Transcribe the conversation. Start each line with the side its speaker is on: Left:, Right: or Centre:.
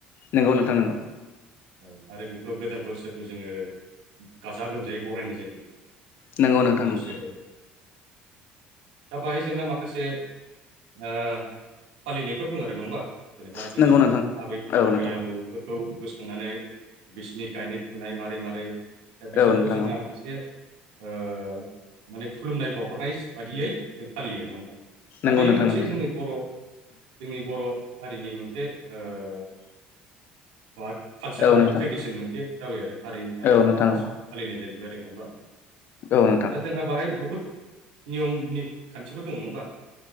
Left: नंगौ नोंथां नंगौ
Right: औ आरो बेखौ गोदान बोसोरखौ जोङो गाजा-गोमजायै बरायनाय जायो
Left: नोंगौ नोंथां
Right: बोसोर
Left: नोंगौ
Right: दा बाहाय जोंहा माखासे ओ फालिनायफोर बुङो आरो नङाओमबा जेनेबा
Left: नंगौ
Right: जोंनि
Left: नंगौ नोंथां
Right: आबै
Left: औ
Right: आबै
Left: नोंथां
Right: आबौ खौ गोसोखांनानै बिसिनि गायनाय फुनाय मारै मारै दा बिसोरखौ
Left: औ नोंथां
Right: जोंहा
Left: औ
Right: इसे ओ माने खुलुमनाय बावहरनाय बादियै जों फालियो नङा होमबा दा
Left: नंगौ
Right: बेयो
Left: नोंथां
Right: मोनसे
Left: नंगौ
Right: जोंनि बर' जोंनि बर' हारिनि मोनसे ओ मा कालसार
Left: औ
Right: आरो
Left: नोंथां
Right: ट्रेडिसन मोनसे जाबाय आरो हारि आरो
Left: औ नोंथां
Right: माबा फालिनाय जाहैबाय आरो नङा होमबा
Left: औ नोंथां
Right: दा जोंहा बाहाय बुहुद नियमनि खानथिफोर दङ' होमबा